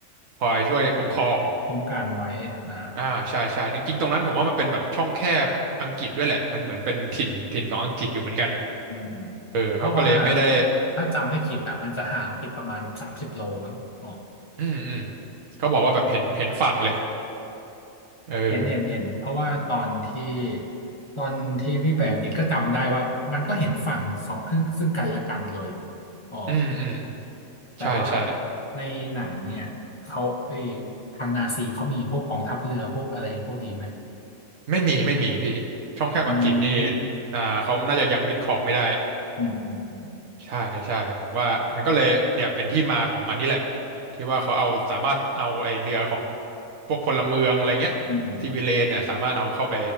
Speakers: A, on the right; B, on the left.
A: คอยช่วยคุ้มครอง
B: คุ้มกันไว้อ่า
A: อ่าใช่ใช่จริงๆตรงนั้นผมว่ามันเป็นแบบช่องแคบอังกฤษด้วยแหละมันเหมือนเป็นถิ่นถิ่นของอังกฤษอยู่เหมือนกัน
B: อืมอืมเพราะว่า
A: เออเขาก็เลยไม่ได้
B: ถ้าจำไม่ผิดอ่ะมันจะห่างผิดประมาณแบบสามสิบโลมั้งอ๋อ
A: อืมอืมเขาบอกว่าแบบเห็นเห็นฝั่งเลยเออ
B: เห็นเห็นเห็นเพราะว่าตอนที่ตอนที่พี่ไปอังกฤษก็จำได้ว่ามันก็เห็นฝั่งสองครึ่งซึ่งกันและกันเลยอ๋อ
A: อืมอืม
B: แต่ว่า
A: ใช่ใช่
B: ในหนังเนี่ยเขาเออทางนาซีเขามีพวกกองทัพเรือพวกอะไรพวกดีไหม
A: ไม่มีไม่มีพี่ช่องแคบอังกฤษนี่
B: อืม
A: อ่าเขาน่าจะยังยึดครองไม่ได้
B: อืมอืมอืม
A: ใช่ใช่ผมว่ามันก็เลยเนี่ยเป็นที่มาของอันนี้แหละที่ว่าเขาเอาสามารถเอาไอเรือของพวกพลเมืองอะไรเงี้ยซีวิเลนเนี่ยสามารถเอาเข้าไป
B: อืมอืม